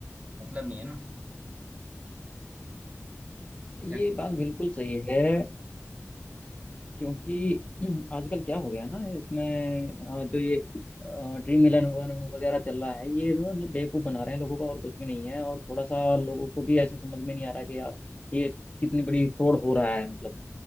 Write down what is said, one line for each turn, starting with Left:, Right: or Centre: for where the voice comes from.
Right: मतलब नहीं है ना
Left: ये
Right: क्या
Left: बात बिल्कुल सही है क्योंकि आजकल क्या हो गया ना इसमें अ, जो ये ड्रीम इलेवन वगैरह वगैरह चल रहा है ये ना मतलब बेवकूफ बना रहे हैं लोगों का और कुछ भी नहीं है और थोड़ा सा लोगों को भी ऐसे समझ में नहीं आ रहा कि यार ये कितनी बड़ी फ्रॉड हो रहा है मतलब